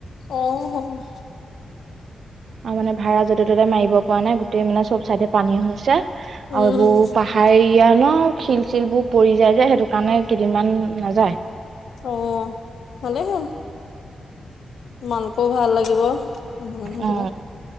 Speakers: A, on the left (about 80°); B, on the right (about 70°).
A: অহ
B: আৰু মানে ভাড়া যতে ত'তে মাৰিব পৰা নাই গোটেই মানে চব চাইডে পানী হৈছে। আৰু
A: উম
B: এইবোৰ পাহাৰ এৰিয়া ন শিল-চিলবোৰ পৰি যায় যে সেইটো কাৰণে কেইদিনমান নাযায়
A: অ ভালে হ'ল। তোমালোকেও ভাল লাগিব মানুহজন থাকিলে।
B: অ